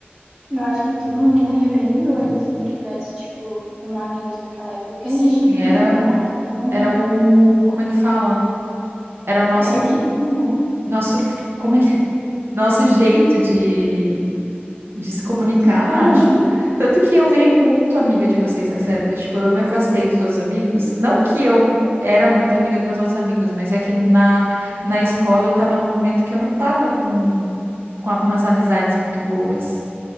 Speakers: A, on the right; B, on the right.
A: Eu acho que todo mundo estaria bem doido se não tivesse, tipo, com amigos naquela época, porque
B: Sim,
A: a gente não podia
B: era,
A: fazer nada. Então,
B: era o, como é que fala? Era o nosso,
A: era o que tinha.
B: nosso, como é que, <laughs> nosso jeito de de se comunicar,
A: Se distrair,
B: tipo,
A: né?
B: tanto que eu virei muito amiga de vocês nessa época, tipo, eu me afastei dos outros amigos, não que eu era muito amiga dos meus outros amigos, mas é que na, na escola eu tava num momento que eu não tava com, com a- umas amizades muito boas.